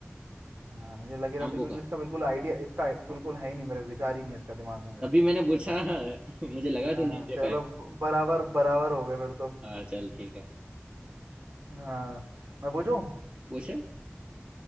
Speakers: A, on the right; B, on the right.
A: हाँ मुझे लग ही रहा
B: शंभू
A: था क्योंकि
B: का
A: इसका बिल्कुल आइडिया इसका बिल्कुल
B: हाँ
A: है ही नहीं मेरे विचार ही नहीं है इसका दिमाग में मेरे
B: तभी मैंने पूछा <laughs> मुझे लगा
A: हाँ
B: तो नहीं दे
A: चलो
B: पाए
A: ब- बराबर बराबर हो गए फिर तो
B: हाँ चल ठीक है
A: हाँ मैं पूछूं
B: पूछे